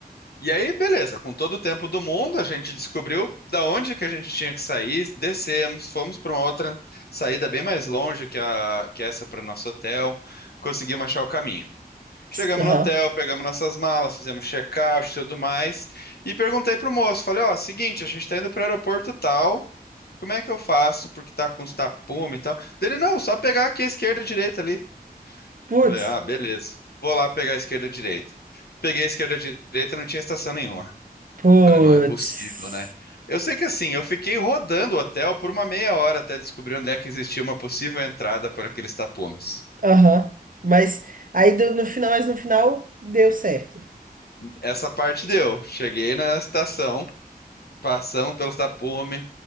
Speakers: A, on the left; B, on the right.
A: E aí, beleza, com todo o tempo do mundo, a gente descobriu da onde que a gente tinha que sair, descemos, fomos para uma outra saída bem mais longe que a que essa para o nosso hotel, conseguimos achar o caminho. Chegamos
B: Psst, Aham.
A: no hotel, pegamos nossas malas, fizemos check-out e tudo mais. E perguntei pro moço, falei, ó, seguinte, a gente tá indo pro aeroporto tal, como é que eu faço? Porque tá com os tapumes e tal. Dele, não, só pegar aqui a esquerda e a direita ali.
B: Putz.
A: Falei, ah, beleza. Vou lá pegar a esquerda e a direita. Peguei a esquerda e a direita, não tinha estação nenhuma.
B: Putz.
A: Falei, não é possível, né? Eu sei que assim, eu fiquei rodando o hotel por uma meia hora até descobrir onde é que existia uma possível entrada por aqueles tapumes.
B: Aham. Mas aí do- no final, mas no final deu certo.
A: Essa parte deu. Cheguei na estação. Passamos pelos tapumes,